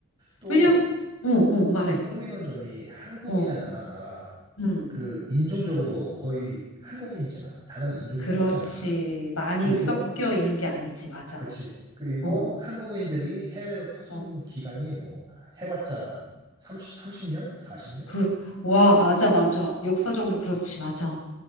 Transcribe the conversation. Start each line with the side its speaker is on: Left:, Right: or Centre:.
Right: 또
Left: 왜냐, 어, 어, 말해.
Right: 좀 흥미로운 점이 한국이란
Left: 어,
Right: 나라가
Left: 음,
Right: 그 인종적으로 거의 한국인이잖아. 다른 인종이
Left: 그렇지.
Right: 없잖아.
Left: 많이
Right: 그리고
Left: 섞여 있는 게 아니지, 맞아.
Right: 그치. 그리고
Left: 어,
Right: 한국인들이 해외로 퍼진
Left: 어,
Right: 기간이 뭐 아, 해봤자 30, 년 40년?
Left: 그, 와, 맞아, 맞아. 역사적으로 그렇지, 맞아.